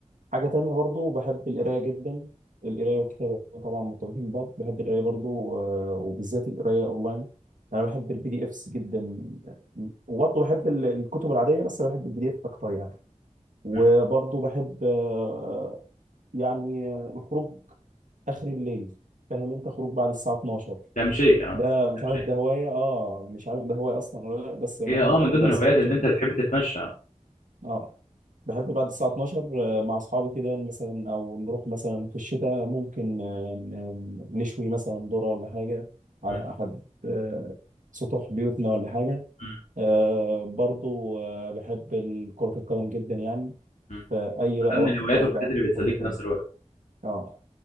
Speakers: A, on the right; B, on the left.
A: حاجة تانية برضو بحب القراية جدا القراية والكتابة طبعا مرتبطين ببعض بحب القراية برضو آه، وبالذات القراية أونلاين أنا بحب البي دي إفس جدا وبرضو بحب ال- الكتب العادية بس أنا بحب البي دي إف أكتر يعني وبرضو
B: مم.
A: بحب آه، يعني آه، الخروج آخر الليل فاهم أنت خروج بعد الساعة 12
B: تمشي أه
A: ده مش
B: تمشي
A: عارف ده هواية آه مش عارف ده هواية أصلا ولا لأ بس بحب
B: هي أه من
A: الخروج
B: ضمن
A: بعد
B: الهوايات
A: الساعة 12
B: إن أنت بتحب تتمشى
A: اه بحب بعد الساعة 12 آه، مع أصحابي كده مثلا أو نروح مثلا في الشتاء ممكن آه، ن- نشوي مثلا ذرة ولا حاجة على
B: مم.
A: أحد آه، سطوح بيوتنا ولا حاجة
B: مم.
A: آه، برضو آه، بحب ال- كرة القدم جدا يعني
B: مم.
A: في أي بقى
B: من ضمن
A: وقت
B: الهوايات
A: فراغ
B: والحاجات
A: بقى
B: اللي
A: في
B: بتسليك
A: كرة القدم
B: في نفس الوقت
A: اه